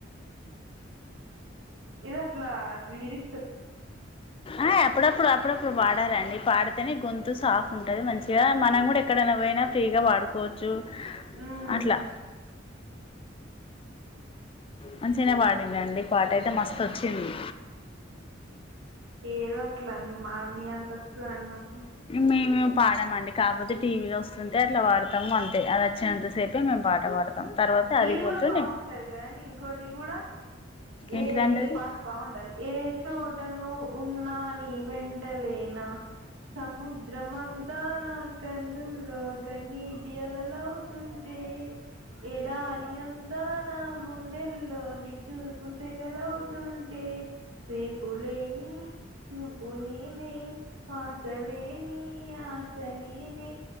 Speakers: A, on the right; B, on the left.
A: ఇది అట్లా లిరిక్
B: ఆ అప్పుడప్పుడు అప్పుడప్పుడు పాడాలండి పాడితేనె గొంతు సాఫ్ ఉంటది మంచిగా మనం గుడ ఎక్కడైన పోయిన ఫ్రీగా పాడుకోవచ్చు
A: మ్మ్
B: అట్లా మంచిగనే పాడిందండి పాటైతే మస్తొచ్చింది
A: ఏదో అట్ల అండి మా మీ అంత వస్తదా అండి మాకు
B: మేమేం పాడమండి కాక్పోతే టీవీలో వస్తుంటే అట్ల పాడతాము అంతే అదొచ్చినంతసేపే మేం పాట పాడతాం తర్వాత అది
A: ఈది
B: పోతే
A: గూడ బావుంటది కదని ఇంకోటి గూడ
B: ఏంటిదండి
A: ఏ ఈ
B: అది
A: పాట బావుంటది ఏ చోట్ అట్టనువ్ ఉన్నా నీ వెంటలేన సముద్రమంతా నాకన్నుల్లో కన్నీటి అలలవ్ తుంటే ఎడారి అంతా నా గుండెల్లో నిట్టూర్పు సెగలవ్తుంటే రేపులేని చూపు నేనే శ్వాస లేనీ ఆశ నేనే